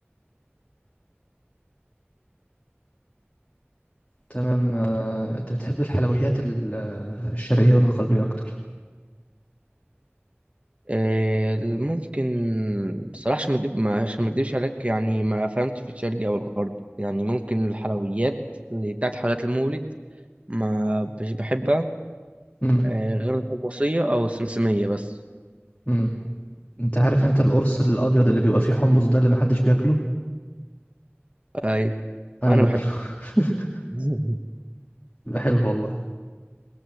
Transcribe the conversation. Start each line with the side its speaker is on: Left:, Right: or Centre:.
Left: تمام آه انت بتحب الحلويات ال- آه، الشرقية ولا الغربية اكتر
Right: آه، ممكن بصراحة عشان ما أكدب- ما- عشان ما اكدبش عليك يعني ما فهمتش في الشرقي او الغربي يعني ممكن الحلويات اللي بتاعت حلويات المولد ما مش بحبها
Left: امم
Right: آه، غير الحمصية او السمسمية بس
Left: امم انت عارف انت القرص الابيض اللي بيبقى فيه حمص ده اللي محدش بياكله
Right: اي
Left: انا
Right: انا
Left: باكله
Right: بحب
Left: <laughs>
Right: <laughs>
Left: بيبقى حلو والله